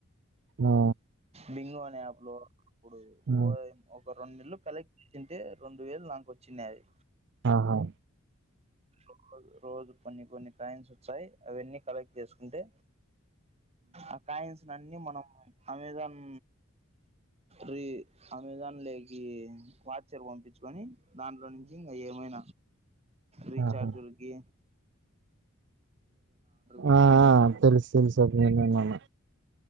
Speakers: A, on the right; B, on the right.
A: ఆ
B: బింగో అనే ఆప్లో ఇప్పుడు
A: ఆ
B: ఓయ్ అప్ రెండు నెలలు కలెక్ట్ తంటే రెండు వేలు లను వచ్చినది
A: ఆహా
B: ఒక్క రోజ రోజు కొన్ని కొన్ని కాయిన్స్ వచ్చాయి అవన్నీ కలెక్ట్ చేసుకుంటే ఆ కాయిన్స్ అన్ని మనం అమెజాన్ రీ అమెజాన్ లేకి వాచర్ పంపించుకొని దాంట్లో నుంచి ఇంకా ఏమైనా రీచార్జీలుకి
A: ఆహా
B: పెట్టుకునే
A: ఆ తెలుసు తెల్సు అద్ నేను ఏమన్నా